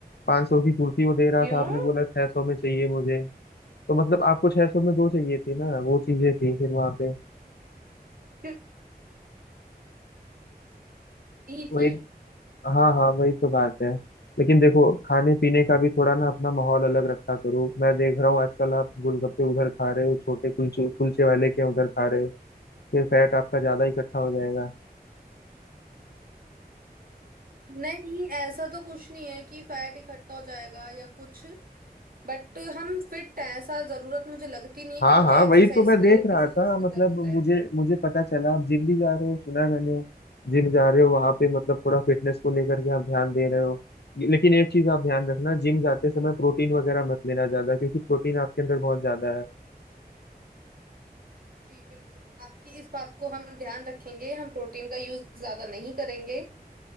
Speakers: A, on the left (about 85°); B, on the right (about 60°).
A: 500 सौ की कुर्ती वो दे रहा
B: क्यों
A: था आपने बोला 600 सौ में चाहिए मुझे तो मतलब आपको 600 सौ में दो चाहिए थी ना वो चीजें थी फिर वहां पे
B: क्यों- ही
A: वही
B: थी
A: हाँ हाँ वही तो बात है लेकिन देखो खाने पीने का भी थोड़ा ना अपना माहौल अलग रखा करो मैं देख रहा हूँ आजकल आप गोलगप्पे उधर खा रहे हो छोटे कुलचे कुलचे वाले के उधर खा रहे हो फिर फैट आपका ज्यादा इकट्ठा हो जाएगा
B: नहीं ऐसा तो कुछ नहीं है कि फैट इकट्ठा हो जाएगा या कुछ बट हम फिट हैं ऐसा जरूरत मुझे लगती नहीं है
A: हाँ
B: कि मुझे
A: हाँ
B: एक्सरसाइज
A: वही तो मैं देख
B: की या
A: रहा
B: किसी चीज
A: था मतलब
B: की जरूरत है
A: मुझे मुझे पता चला आप जिम भी जा रहे हो सुना है मैंने जिम जा रहे हो वहां पे मतलब थोड़ा फिटनेस को लेकर के आप ध्यान दे रहे हो ये- लेकिन एक चीज आप ध्यान रखना जिम जाते समय प्रोटीन वगैरह मत लेना ज्यादा क्योंकि प्रोटीन आपके अंदर बहुत ज्यादा है
B: जी बिल्कुल आपकी इस बात को हम ध्यान रखेंगे हम प्रोटीन का यूज ज्यादा नहीं करेंगे